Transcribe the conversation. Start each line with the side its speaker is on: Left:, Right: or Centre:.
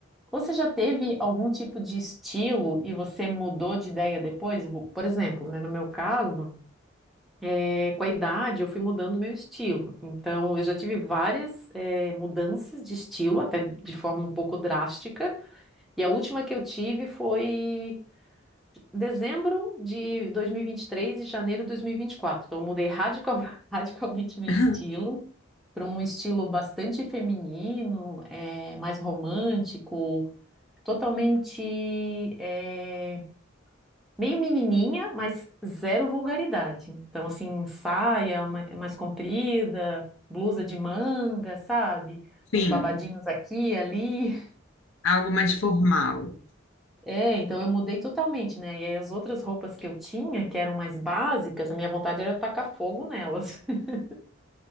Centre: Você já teve algum tipo de estilo e você mudou de ideia depois? Vo- Por exemplo, né, no meu caso, é, com a idade, eu fui mudando meu estilo. Então, eu já tive várias, é, mudanças de estilo, até de forma um pouco drástica. E a última que eu tive foi dezembro de 2023 e vinte e três e janeiro de 2024. Então, eu mudei radical- <laughs> radicalmente meu
Left: Hum,
Centre: estilo para um estilo bastante feminino, é, mais romântico, totalmente é, meio menininha, mas zero vulgaridade. Então, assim, saia ma- mais comprida, blusa de manga, sabe?
Left: Sim,
Centre: Uns babadinhos aqui ali.
Left: algo mais formal.
Centre: É, então eu mudei totalmente, né? E aí as outras roupas que eu tinha, que eram mais básicas, a minha vontade era tacar fogo nelas. <laughs>